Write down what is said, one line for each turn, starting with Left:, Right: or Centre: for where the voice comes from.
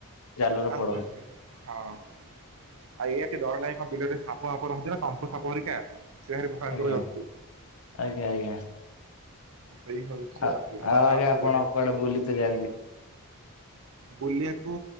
Left: ଜାଲରେ
Right: ଆସନ୍ତି।
Left: ପଡନ୍ତି।
Right: ହଁ ଆଉ ଏଇଆକି ଡର ଲାଗେ କଣ ବିଲରେ ସାପ ଫାପ ରହୁଛି ନା ତମ୍ପ ସାପ ହେରିକା। ସେ ଭାରି ଭୟଙ୍କର
Left: ଆଜ୍ଞା
Right: ଜନ୍ତୁ।
Left: ଆଜ୍ଞା ଆଜ୍ଞା
Right: ସେଇ ହଉଛି
Left: ଆଉ
Right: ଅସୁବିଧା ନହେଲେ
Left: ଆଜ୍ଞା
Right: ଆଉ ସବୁ
Left: ଆପଣ
Right: ବଢିଆ
Left: କୁଆଡେ ବୁଲି ତେ ଯାଆନ୍ତି?
Right: ବୁଲିଆକୁ